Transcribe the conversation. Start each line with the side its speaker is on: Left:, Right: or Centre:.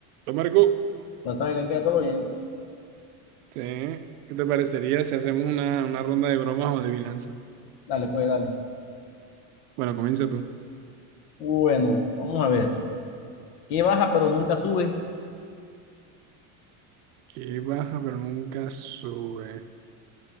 Right: Hola, Marco,
Left: Hola, Silent, ¿qué? ¿Todo bien?
Right: Sí, ¿Qué te parecería si hacemos una, una ronda de bromas o de adivinanza?
Left: Dale, pues, dale.
Right: Bueno, comienza tú.
Left: Bueno, vamos a ver. ¿Qué baja pero nunca sube?
Right: Que baja pero nunca sube.